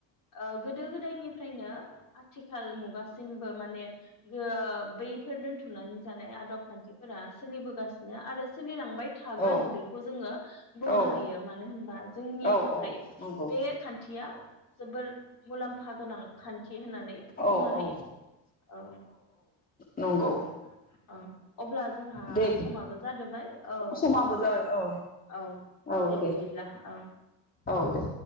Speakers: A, on the left (about 55°); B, on the left (about 20°).
A: ओ गोदो गोदायनिफ्रायनो आथिखाल मुगासिमबो माने गो बैफोर दोनथुमनानै जानाय आदब खान्थिफोरा सोलिबोगासिनो आरो सोलिलां थागोन
B: औ
A: बेखौ जोंङो बुंनो
B: औ
A: हायो, मानो होनबा जोंनि
B: औ
A: थाखाय
B: औ नंगौ
A: बे खान थिया जोबोर मुलाम्फा गोनां खान थि होननानै बुंनो
B: औ
A: हायो।
B: औ
A: औ
B: नंगौ
A: औ औ अब्ला जोंहा
B: दे
A: समाबो जादोबाय औ
B: समाबो जाबाय औ
A: औ।
B: औ दे
A: बिदिब्ला औ
B: औ दे।